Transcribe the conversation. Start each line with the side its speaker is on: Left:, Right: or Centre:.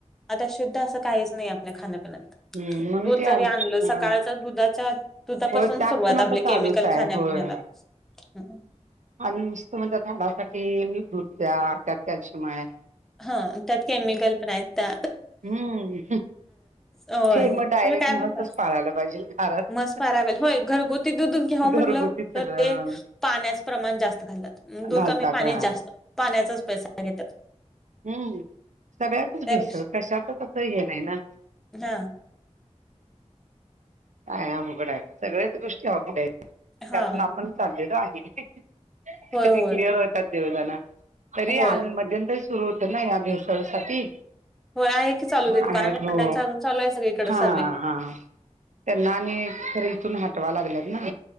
Centre: आता शुद्ध असं कायच नाही आपल्या खाण्या पिण्यात
Right: हम्म म्हणून
Centre: दूध
Right: ते आल
Centre: जरी आणलं
Right: हा
Centre: सकाळच दुधाचा दुधापासून
Right: होय त्यात
Centre: सुरुवात
Right: पण आता
Centre: आपला
Right: चालूच
Centre: केमिकल
Right: आहे
Centre: तेन खाण्यापिण्याला
Right: होय
Centre: हू
Right: आणि नुसतं म्हणतात हाडासाठी दूध प्या त्यात कॅल्शियम हाय
Centre: हा त्यात केमिकल पण आहे त्या
Right: हम्म
Centre: होय
Right: हे मग
Centre: तुम्ही
Right: डायरेक्ट
Centre: काय
Right: म्हसच
Centre: करता
Right: पाळायला पाहिजे घरात
Centre: मस पारावेल होय घरगुती दूध घ्याव म्हटलं
Right: घरगुती
Centre: तर
Right: सगळं
Centre: ते पाण्यात प्रमाण जास्त घालतात दूध
Right: घालतात
Centre: कमी पाणीच
Right: हा
Centre: जास्त पाण्याचाच पैसा घेतात
Right: हू सगळ्यातच
Centre: त्यापेक्षा
Right: भेसळ कशातच असं हे नाही ना
Centre: हा
Right: काय अवघड आहे सगळ्याच गोष्टी अवघड आहेत त्यातून
Centre: हा
Right: आपण चाललेलो आहे
Centre: होय
Right: कधी
Centre: होय
Right: क्लियर होतात देव जाणा तरी
Centre: होय
Right: आ मध्यंतरी सुरू होत ना या भेसळसाठी
Centre: होय आहे की चालू
Right: हॅलो
Centre: दे दुकाना अजून चालू आहे सगळीकडे
Right: हा
Centre: सर्वे
Right: हा त्यांना आणि तर इथून हटवा लागल्यात ना.